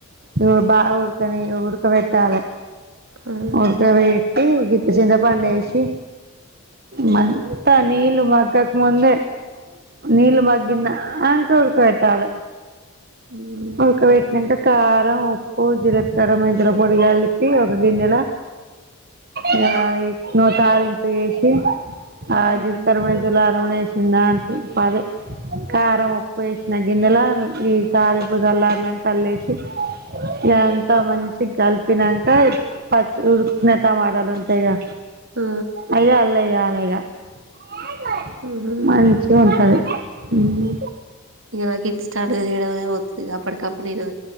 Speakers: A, on the right (about 45°); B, on the right (about 60°).
A: ఇగో బా ఉడకని ఉడకబెట్టాలే.
B: ఆ
A: ఉడకబెట్ సి గింత చింతపండు ఏశి, మం తా నీళ్లు మగ్గక ముందే, నీళ్లు మగ్గంద అంకా పెట్టాల
B: హ్మ్
A: ఉడకపెట్టినంక కారం ఉప్పు జీలకార మెంతుల పొడి కలిపి ఒక గిన్నెలో, ఇగా తాలింపు ఏసి ఆ
B: హ్మ్
A: జీలకర్ర మెంతుల నూనె ఏసి వచ్చిందానికి అదే కారం ఉప్ ఉప్పు ఏసిన గిన్నెల ఈ తాలింపు సల్లారినంక అల్లేసి, ఇగా అంత మంచిగ కలిపినంక, పచ్చి ఉడుకిన టమాటాలు ఉంటయిగా
B: ఆ
A: అయ్యిఅల్లేయ్యే ఫ్రైగ
B: ఆహా!
A: మంచిగా ఉంటది. ఉమ్
B: ఇగా నాకి ఇన్స్టంట్ గా చేయడం ఏమొచ్చిగ, అప్పటికప్పుడు నేను